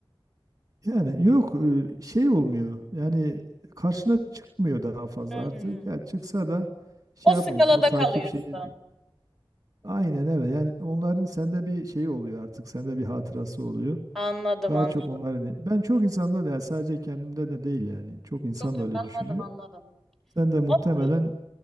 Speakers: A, on the right (about 40°); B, in the centre.
A: Yani yok e, şey olmuyor. Yani karşına çıkmıyor daha fazla
B: Hmm.
A: artık. Ya çıksa da şey
B: O
A: yapmıyorsun.
B: skalada
A: O takip
B: kalıyorsun.
A: şeyi Aynen evet. Yani onların sende bir şey oluyor artık. Sende bir hatırası oluyor.
B: Anladım
A: Daha
B: anladım.
A: çok onların. Ben çok insanda da yani sadece kendimde de değil yani. Çok insan
B: Yok yok
A: böyle
B: anladım
A: düşünüyor.
B: anladım.
A: Sen de muhtemelen
B: Vallahi-